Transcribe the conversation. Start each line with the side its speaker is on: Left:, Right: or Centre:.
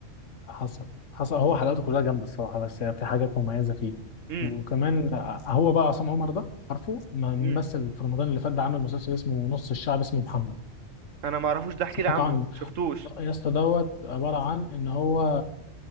Left: حصل حصل هو حلقاته كلها جامده الصراحه بس في حاجات مميزه فيه
Right: امم
Left: وكمان هو بقى عصام عمر ده عارفه ما مثل
Right: امم
Left: في رمضان اللي فات ده عامل مسلسل اسمه نص الشعب اسمه محمد
Right: انا ما اعرفوش ده احكي
Left: سمعت
Right: لي عنه
Left: عنه
Right: شفتوش
Left: يا اسطى دوت عباره عن ان هو